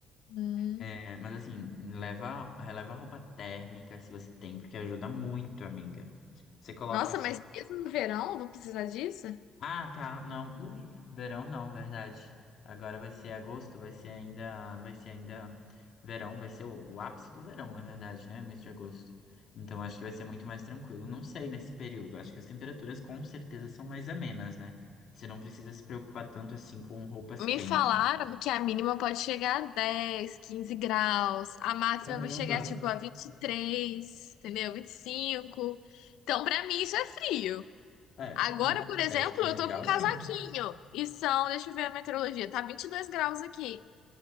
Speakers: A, on the left; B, on the left.
A: Hum.
B: É, mas assim, leva, releva a roupa térmica se você tem, porque ajuda muito, amiga. Você coloca
A: Nossa,
B: assim,
A: mas mesmo no verão, vou precisar disso?
B: ah, tá, não, ui, verão não, verdade. Agora vai ser agosto, vai ser ainda, vai ser ainda verão, vai ser o, o ápice do verão, na verdade, né? Mês de agosto. Então acho que vai ser muito mais tranquilo. Não sei nesse período, acho que as temperaturas com certeza são mais amenas, né? Você não precisa se preocupar tanto assim com roupas
A: Me
B: quentes.
A: falaram que a mínima pode chegar a 10, 15 graus, a máxima
B: Caramba.
A: vai chegar tipo a 23, entendeu? 25. Então, pra mim, isso é frio.
B: É,
A: Agora, por exemplo,
B: 10, 15
A: eu tô
B: graus,
A: com um casaquinho
B: sim.
A: e são, deixa eu ver a meteorologia, tá 22 graus aqui.